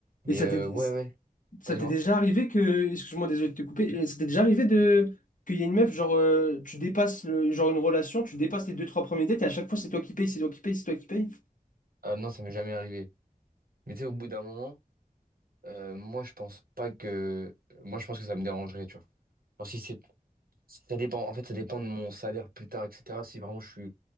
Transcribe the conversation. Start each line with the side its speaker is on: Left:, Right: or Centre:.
Right: Mais
Left: Et ça
Right: euh,
Left: t'est...
Right: ouais ouais,
Left: Ça
Right: bah dis-moi.
Left: t'est déjà arrivé que, excuse-moi, désolé de te couper, euh, ça t'est déjà arrivé de qu'il y ait une meuf, genre, euh, tu dépasses le, genre une relation, tu dépasses les deux, trois premiers dates et à chaque fois c'est toi qui paye, c'est toi qui paye, c'est toi qui paye?
Right: Ah non, ça m'est jamais arrivé. Mais tu sais, au bout d'un moment Euh, moi, je pense pas que. Moi, je pense que ça me dérangerait, tu vois. Enfin, si c'est. Ça dépend. En fait, ça dépend de mon salaire plus tard, etc. Si vraiment je suis.